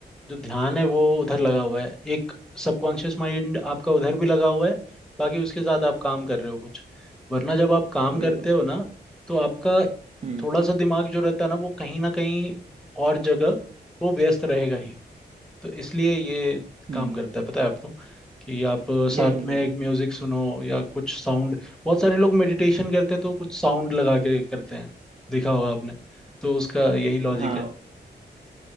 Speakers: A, in the centre; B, on the right.
A: जो ध्यान है वो उधर लगा हुआ है एक सबकॉन्शियस माइंड आपका उधर भी लगा हुआ है बाकी उसके साथ आप काम कर रहे हो कुछ वरना जब आप काम
B: बिल्कुल
A: करते हो ना तो आपका
B: हम्म
A: थोड़ा सा दिमाग जो रहता है ना वो कहीं ना कहीं और जगह वो व्यस्त रहेगा ही तो इसलिए ये
B: हम्म
A: काम करता है पता है आपको कि आप साथ
B: बिल्कुल
A: में
B: बिल्कुल
A: एक म्यूजिक सुनो या कुछ साउंड बहुत सारे लोग मेडिटेशन करते हैं तो कुछ साउंड लगा के करते हैं देखा होगा आपने तो उसका यही लॉजिक
B: हाँ
A: है